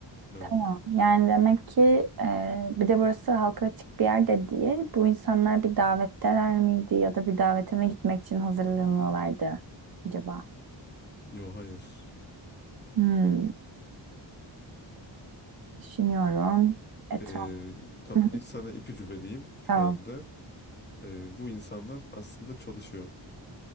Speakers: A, on the left; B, on the right.
A: Evet.
B: Tamam. Yani demek ki e, bir de burası halka açık bir yerde değil. bu insanlar bir davetteler miydi ya da bir davete davetime gitmek için hazırlanıyorlardı acaba?
A: Yok, hayır.
B: Hmm, düşünüyorum. Etraf
A: E, tam
B: Hı hı,
A: bir sana ipucu vereyim şu
B: tamam
A: anda. Ee, bu insanlar aslında çalışıyordu.